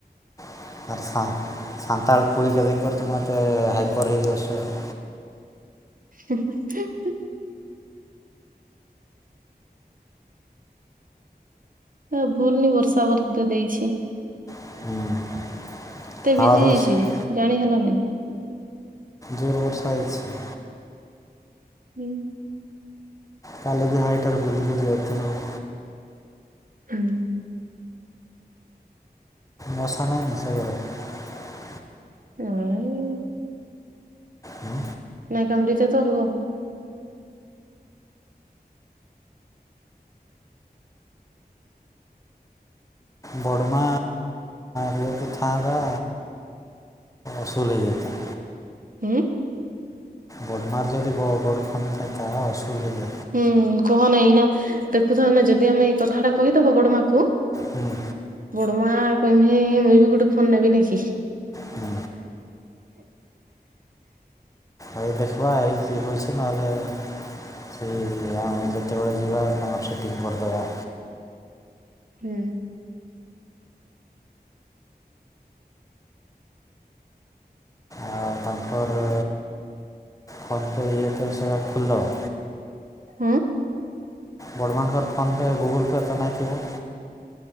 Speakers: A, on the left (about 20°); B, on the right (about 55°).
A: <unintelligible> ମୋତେ ହାଇପର ହେଇଯାଉଛେ ଆଉ।
B: ହୁଁ ହୁନ ହୁଁ। ହ ଭୁଲନି ବର୍ଷା ବ <unintelligible> ଦେଇଛି।
A: ଆଉ ହୁଁ
B: ଏତେ
A: ହାୱା
B: ବିଜି
A: ଦଉଛି
B: ହେଇଛି ଯେ ଜାଣି ହେଲା ନାଇଁ।
A: ଜୋର ବର୍ଷା ହେଇଛି।
B: ହୁଁ।
A: କାଲି ବି ହାଇଟାରେ ବୁଲିକରି ଯାଇଥିଲେ ହେବ।
B: ହୁଁ।
A: ମଶା ନାହିଁ ମାସରି ବା <unintelligible>
B: ନାଇଁ।
A: ହୁଁ।
B: କାଉଣ୍ଡି ଶେଷ ରୁହ।
A: ବଡ଼ମା ରୁ <unintelligible> ଥାନ୍ତା ଅସୁଲ ହେଇଯାଇଥାନ୍ତା।
B: ହୁଁ।
A: ବଡ଼ମାର୍ ଯଦି ବ ବଡ଼ ଖଣ୍ଡ ଖାଇ ତାହା ଅସୁଲ ହେଇଯି
B: ହୁଁ କୁହ ନାଇଁ ନା ଦେଖୁଥା ନା ଯଦି ଆମେ ଏଇ କଥାଟା କହିଦବ ବଡ ମା କୁ
A: ହୁଁ।
B: ତୁମାର କହିମି ମୁଇଁ ବି ଗୋଟେ ଫୋନ ନେବି ନାଇ କି?
A: ହୁଁ। ଏଇ ଦେଖିବା ଏଇ କିଏ ହଉଛ ନହେଲେ ସେ ଯେତେବେଳେ ଯିବା ତାଙ୍କର ସେଟିଙ୍ଗ କରିଦେବା।
B: ହୁଁ।
A: ଆଉ ତାଙ୍କର ଫୋନ୍ ପେ ଇଏପେମ୍ ସେଇଟା ଖୁଲଦବା।
B: ହଁ।
A: ବଡମାନଙ୍କର ଫୋନ୍ ପେ ଗୁଗୁଲ୍ ପେ ତ ନାଇଥିବ।